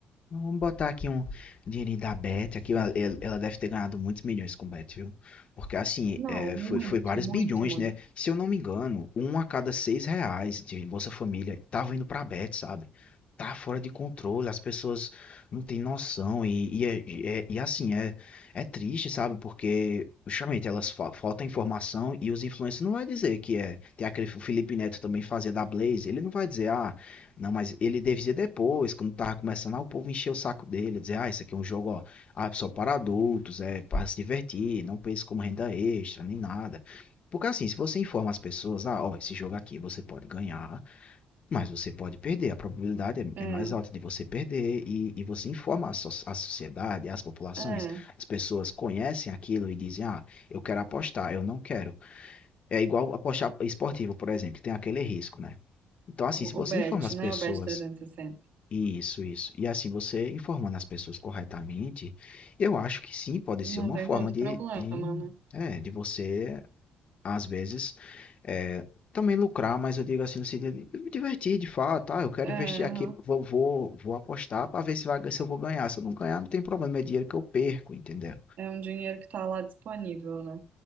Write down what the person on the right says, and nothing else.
Não,
muito,
muito,
muito.
É,
é.
O,
o Bet,
né?
O Bet trezentos e sessenta.
Não
tem
tanto
problema,
né?
É,
aham.
É um dinheiro que tá lá disponível, né?